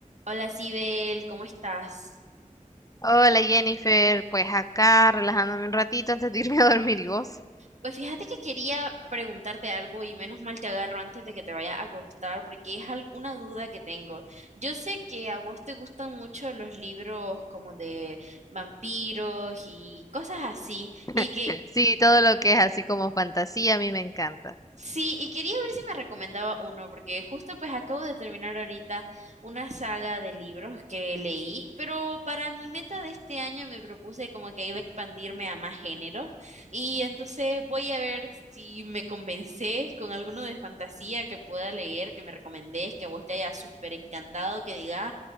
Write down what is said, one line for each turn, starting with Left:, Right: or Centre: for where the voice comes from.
Right: Hola, Sibel, ¿cómo estás?
Left: Hola Jennifer, pues acá relajándome un ratito antes de irme a dormir y vos.
Right: Pues fíjate que quería preguntarte algo y menos mal te agarro antes de que te vaya a acostar porque es al- una duda que tengo. Yo sé que a vos te gustan mucho los libros como de vampiros y cosas así y
Left: <laughs>
Right: que
Left: Sí, todo lo que es así como fantasía a mí me encanta.
Right: Sí, y quería ver si me recomendaba uno, porque justo pues acabo de terminar ahorita una saga de libros que leí, pero para mi meta de este año me propuse como que iba a expandirme a más géneros, y entonces voy a ver si me convencés con alguno de fantasía que pueda leer, que me recomendés, que a vos te haya súper encantado, que diga